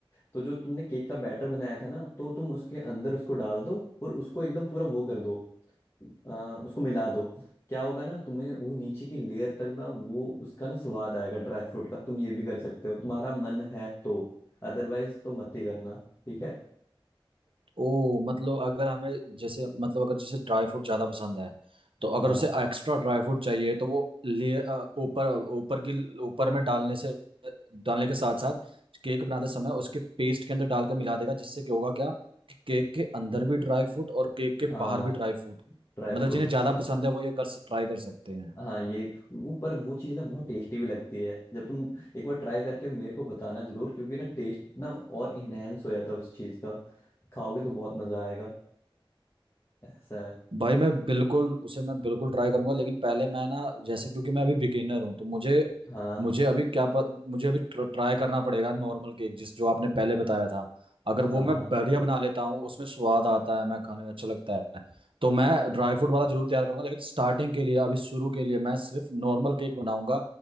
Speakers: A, on the left; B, on the right.
A: तो जो तुमने केक का बैटर बनाया था ना तो तुम उसके अंदर उसको डाल दो और उसको एकदम पूरा वो कर दो आ, उसको मिला दो क्या होगा ना तुम्हें वो नीचे की लेयर तक ना वो उसका ना स्वाद आएगा ड्राई फ्रूट का तुम ये भी कर सकते हो तुम्हारा मन है तो अदरवाइज तो मत ही करना ठीक है
B: ओ मतलब अगर हमें जैसे मतलब अगर जैसे ड्राई फ्रूट ज्यादा पसंद है तो
A: हाँ
B: अगर उसे एक्स्ट्रा ड्राई फ्रूट चाहिए तो वो ले अ, ऊपर ऊपर की ऊपर में डालने से डालने के साथ साथ केक बनाते समय उसके पेस्ट के अंदर डालकर मिला देगा जिससे क्या होगा क्या कि केक के अंदर भी ड्राई फ्रूट और केक के बाहर
A: हाँ
B: भी ड्राई फ्रूट
A: Dry
B: मतलब
A: fruit
B: जिन्हें ज्यादा पसंद है वो ये कर ट्राई कर सकते हैं
A: हाँ ये वो- पर वो चीज़ ना बहुत टेस्टी भी लगती है जब तुम एक बार ट्राई करके मेरे को बताना जरूर क्योंकि ना टेस्ट ना और इनहेंस हो जाता है उस चीज़ का खाओगे तो बहुत मज़ा आएगा ऐसा है
B: भाई मैं बिल्कुल उसे मैं बिल्कुल ट्राई करूंगा लेकिन पहले मैं ना जैसे क्योंकि मैं अभी बिगिनर हूँ तो मुझे
A: हाँ
B: मुझे अभी क्या प- मुझे अभी ट्राई करना पड़ेगा नॉर्मल केक जिस जो आपने पहले बताया था अगर वो
A: हाँ
B: मैं बढ़िया बना लेता हूँ उसमें स्वाद आता है मैं खाने में अच्छा लगता है तो मैं ड्राई फ्रूट वाला जरूर तैयार करूंगा लेकिन स्टार्टिंग के लिए अभी शुरू के लिए मैं सिर्फ नॉर्मल केक बनाऊंगा